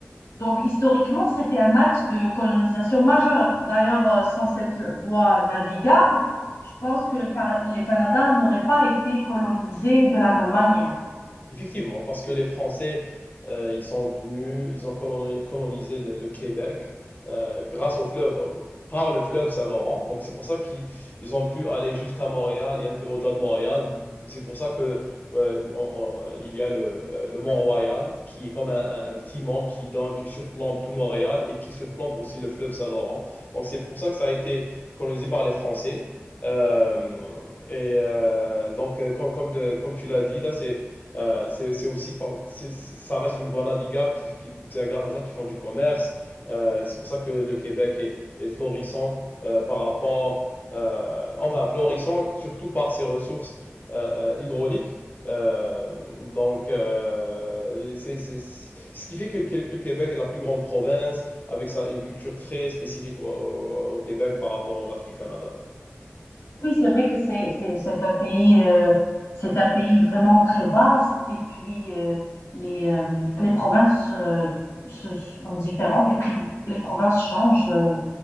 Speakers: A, on the left; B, on the left.
A: Donc historiquement, c'était un axe de colonisation majeur. D'ailleurs, euh, sans cette voie navigable, je pense que le, Ca- le Canada n'aurait pas été colonisé de la même manière.
B: Effectivement, parce que les Français, euh, ils sont venus, ils ont coloni- colonisé le, le Québec euh, grâce au fleuve, au- par le fleuve Saint-Laurent. Donc c'est pour ça qu'ils ils ont pu aller jusqu'à Montréal et un peu au-delà de Montréal. C'est pour ça que euh, on- on- euh, il y a le, euh, le Mont-Royal qui est comme un, un- un petit mont qui donne, qui surplombe tout Montréal et qui surplombe aussi le fleuve Saint-Laurent. Donc c'est pour ça que ça a été colonisé par les Français. Euh, et euh, donc euh, comme, comme de- comme tu l'as dit là, c'est euh, c'est c'est aussi, par- c'est- c'est- ça reste une voie navigable qui, qui- c'est grâce à ça qu'ils font du commerce. Euh, c'est pour ça que le Québec est, est florissant euh, par rapport, euh, enfin florissant surtout par ses ressources euh, euh, hydrauliques. Euh, donc, euh, c'est, c'est- c'est- ce qui fait que, que- que le Québec est la plus grande province avec sa, une culture très spécifique au, au- au Québec par rapport au reste du Canada.
A: Oui, c'est vrai que c'est c'est c'est un pays euh, c'est un pays vraiment très vaste et puis euh, les euh, les provinces euh, se- sont différentes, les pri- les provinces changent euh,